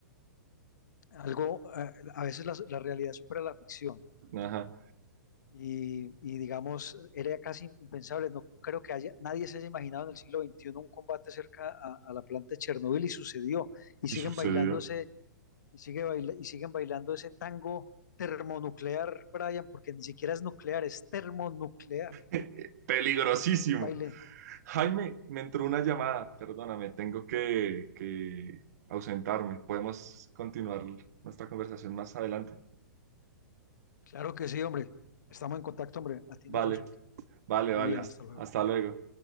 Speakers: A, on the left; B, on the right.
A: algo, eh, a veces la, la realidad supera la ficción.
B: Ajá.
A: y, y, digamos, era casi impensable. No creo que haya, nadie se haya imaginado en el siglo XXI un combate cerca a, a la planta de Chernobyl y sucedió. Y
B: Y
A: siguen
B: sucedió.
A: bailando ese y, sigue baila, y siguen bailando ese tango termonuclear, Brian, porque ni siquiera es nuclear, es termonuclear.
B: <laughs> Peligrosísimo.
A: Un baile.
B: Jaime, me entró una llamada. Perdóname, tengo que, que ausentarme. Podemos continuar nuestra conversación más adelante.
A: Claro que sí, hombre. Estamos en contacto, hombre. Atienda
B: Vale,
A: su asunto.
B: vale,
A: Que esté
B: vale.
A: muy bien.
B: hasta
A: Hasta luego.
B: hasta luego.